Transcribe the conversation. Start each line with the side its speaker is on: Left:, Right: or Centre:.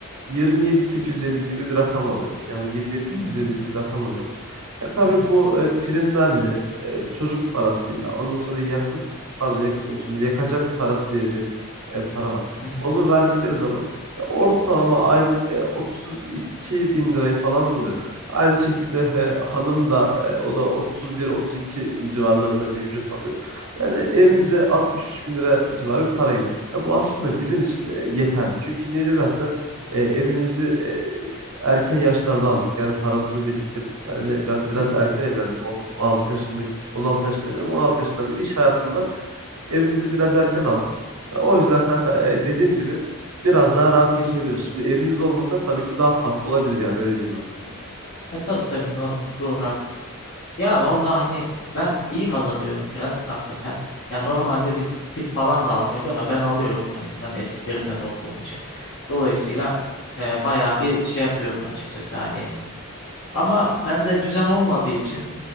Right: 27.850 gibi bir rakam alıyorum. Yani 27.850
Left: Hmm.
Right: gibi bir rakam alıyorum. E, tabii
Left: Hı hı,
Right: bu e, primlerle, e, çocuk parasıyla, ondan sonra yakıt, pardon yakıt demişim, yakacak parası diye bir e, para var.
Left: hı hı,
Right: Onu verdikleri zaman e, ortalama aylık e, 32 bin lirayı falan buluyor. Aynı şekilde e, hanım da e, o da 31-32 civarlarında bir ücret alıyor. Yani evimize
Left: hı hı,
Right: 63 bin lira civarı bir para giriyor. Ya bu aslında
Left: hı
Right: bizim için e, yeterli. Çünkü niye dersen e, evimizi e, erken yaşlarda aldık. Yani paramızı biriktirdik. Yani ben biraz
Left: hı,
Right: erken evlendim. 16 yaşında 16 yaşında evlendim. 16 yaşından beri iş hayatım var. Evimizi biraz erken aldık. Ya o yüzden kanka e, dediğim gibi biraz daha rahat geçinebiliyoruz. Şimdi evimiz olmasa tabii ki daha farklı olabilir yani öyle diyeyim ben sana.
Left: E tabii tabii normal. Doğru haklısın. Ya vallahi hani ben iyi kazanıyorum biraz hakikaten. Ya normalde biz tip falan da almayız ama ben alıyorum hani ben eskilerinden olduğum için. Dolayısıyla e, bayağı bir şey yapıyorum açıkçası hani. Ama bende düzen olmadığı için